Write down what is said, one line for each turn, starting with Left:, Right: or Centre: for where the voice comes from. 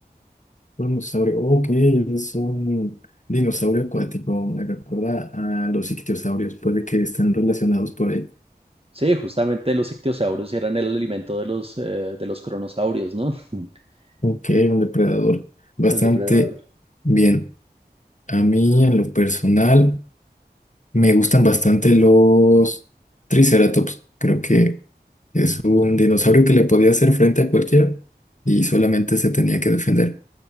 Left: Un dinosaurio, ok, es un dinosaurio acuático, me recuerda a los ictiosaurios, puede que estén relacionados por ahí.
Right: Sí, justamente los ictiosaurios eran el alimento de los, eh, de los cronosaurios, ¿no? <laughs>
Left: Ok, un depredador, bastante
Right: El depredador.
Left: bien. A mí, en lo personal, me gustan bastante los triceratops, creo que es un dinosaurio que le podía hacer frente a cualquiera y solamente se tenía que defender.